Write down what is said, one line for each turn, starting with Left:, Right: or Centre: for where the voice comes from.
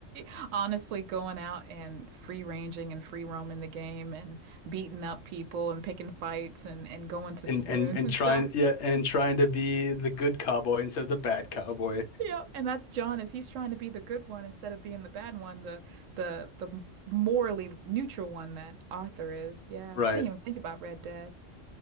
Right: <laughs> honestly going out and free ranging and free roaming the game and beating up people and picking fights and and going to
Left: And
Right: saloons
Left: and and
Right: and
Left: trying
Right: stuff.
Left: yeah, and trying to be the good cowboy instead of the bad cowboy.
Right: Yeah, and that's John is he's trying to be the good one instead of being the bad one, the the the morally neutral one that Arthur is. Yeah,
Left: Right.
Right: I didn't even think about Red Dead.